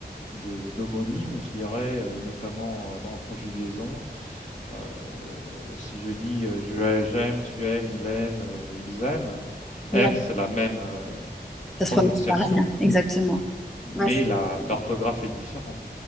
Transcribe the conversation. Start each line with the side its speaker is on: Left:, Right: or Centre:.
Left: de- d'homonymes, je dirais, euh, notamment euh, dans conjugaison. Euh, si je dis euh, je, a- j'aime, tu aimes, il aime, euh, ils aiment, aime,
Centre: Ouais.
Left: c'est la même euh,
Centre: Ça
Left: prononciation,
Centre: se prononce pareil, hein. Exactement.
Left: mais
Centre: Ouais, c'est-
Left: la, l'orthographe est différente.